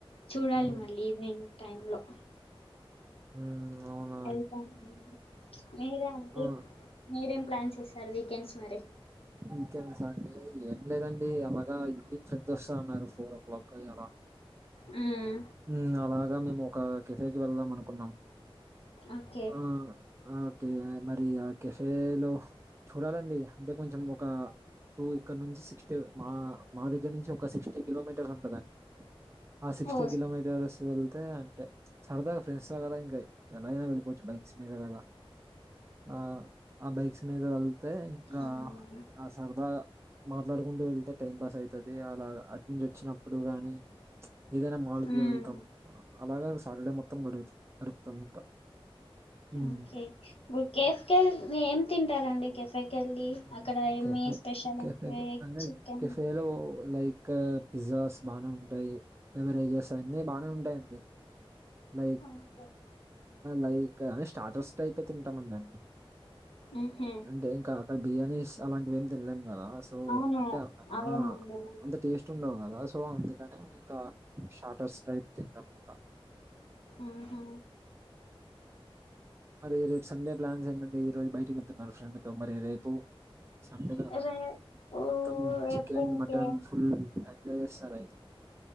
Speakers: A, on the left; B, on the right.
A: చూడాలి
B: ఉమ్
A: మళ్ళీ ఈవినింగ్ టైంలో
B: ఉ అవును
A: వెళ్తాలేండి మీరేమండి
B: ఆ
A: మీరేం ప్లాన్ చేస్తారు వీకెండ్స్ మరి
B: ఇకెంది సార్ ఏం లేదండి ఎనగా ఈవినింగ్ ఫ్రెండ్స్ వస్తా అన్నారు ఫోర్ ఓ క్లాక్ అలా
A: ఉమ్
B: ఉమ్ అలాగా మేము ఒక కిఫేకి వెళ్దాం అనుకున్నాం
A: ఓకే
B: ఉమ్ ఆ ఓకే మరి ఆ కెఫేలో చూడాలండి అంటే కొంచం ఒక <unintelligible> ఇపుడు ఇక్కడ నుంచి సిక్స్టీ మా మా దగ్గర నుంచి ఒక సిక్స్టీ కిలోమీటర్స్ ఉంటదండి ఆ సిక్స్టీ
A: ఓ
B: కిలోమీటర్స్ వెళ్తే అంతే సరదాగా ఫ్రెండ్స్ తో కదా ఇంకా ఎలాయినా వెళ్ళిపోవచ్చు బైక్స్ మీద అలా ఆ ఆ బైక్స్ మీద వెళ్తే ఇంకా
A: అవునా
B: ఆ సరదాగా మాట్లాడుకుంటూ వెళ్తే టైం పాస్ అయితది అలాగా అటు నుంచి వచ్చినప్పుడు గాని ఏదైనా మాల్ కి
A: ఉమ్
B: వెళతాం అలాగా సాటర్డే మొత్తం గడుపుత గడుపుతాం ఇంకా హ్మ్.
A: ఓకే ఇప్పుడు కేెఫకె వెళ్లి ఏం తింటారండి కేెఫేకి వెళ్ళి అక్కడ ఏమి
B: కఫే
A: స్పెషల్
B: కెఫే
A: అంటే
B: అనే
A: చికెన్
B: కెఫేలో లైక్ ఇంకా పిజ్జాస్ బానే ఉంటాయి అవరేజెస్ అన్ని బానే ఉంటాయి లైక్
A: ఓకే
B: లైక్ అని స్టార్టస్ట్ టైప్ తింటాం అన్ని
A: ఉహు
B: అంటే ఇంకా అక్కడ బిర్యానీస్ అలాంటివి ఏమి తినలేం కదా తో
A: అవును
B: అంటే
A: అవేమి
B: ఆ
A: ఉండవు
B: అంతా టేస్ట్ ఉండవు కదా సో అందుకనే ఇకా స్టాటస్ టైప్ తింటాం అట్లా
A: ఉహు
B: మరి రేపు సండే ప్లాన్స్ ఏంటంటే ఈ రోజు బయటకి వెళ్తున్నారు ఫ్రెండ్ తో మరి రేపు సండే గదా
A: రేపు
B: మొత్తం
A: రేపు
B: చికెన్
A: ఇంకేం
B: మటన్ ఫుల్ ఎంజాయ్ చేస్తారు అయితే